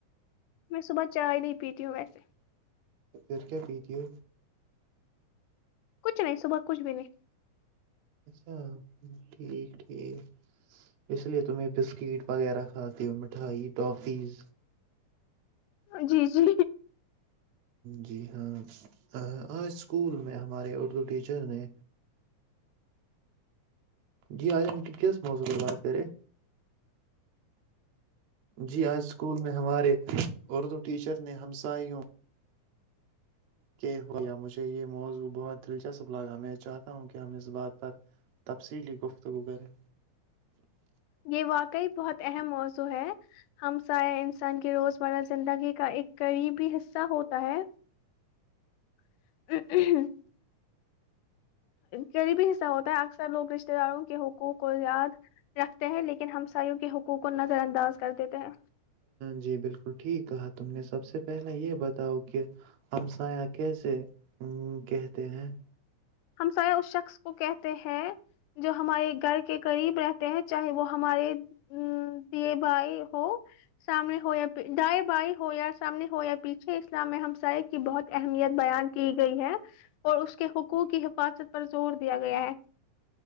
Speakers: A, on the left; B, on the right.
A: میں صبح چائے نہیں پیتی ہوں ویسے
B: پھر کیا پیجے؟
A: کچھ نہیں صبح کچھ بھی نہیں
B: اچھا ٹھیک ٹھیک اس لیے تمیں بسکٹ وغیرہ کھاتی ہو مٹھائی ٹافیز
A: جی جی
B: جی ہاں اسکول میں ہمارے اردو ٹیچر نے جی آج ان کی کس موضوع پر بات کرے جی آج اسکول میں ہمارے اور دو ٹیچر نے ہمسائیوں کہ ہو یا مجھے یہ موضوع بہت دلچسپ لگا میں چاہتا ہوں کہ ہم اس بات پر تفصیلی گفتگو کریں
A: یہ واقعی بہت اہم موضوع ہے ہمسایہ انسان کی روزمرہ زندگی کا ایک قریبی حصہ ہوتا ہے <inaudible> غریبی حصہ ہوتا ہے اکثر لوگ رشتتے داروں کے حقوق کو یاد رکھتے ہیں لیکن ہمسایوں کے حقوق کو نظر انداز کر دیتے ہیں
B: جی بالکل ٹھیک کہا تم نے سب سے پہلے یہ بتاؤ کہ ہم سایہ کیسے کہتے ہیں
A: ہمسائے اس شخص کو کہتے ہیں جو ہمارے گھر کے قریب رہتے ہیں چاہے وہ ہمارے دیے بھائی ہو سامنے ہو یا دائے بھائی ہو یا سامنے ہو یا پیچھے اسلام میں ہمسائے کی بہت اہمیت بیان کی گئی ہے اور اس کہ حقو کی حفاظت پر زور دیا گیا ہے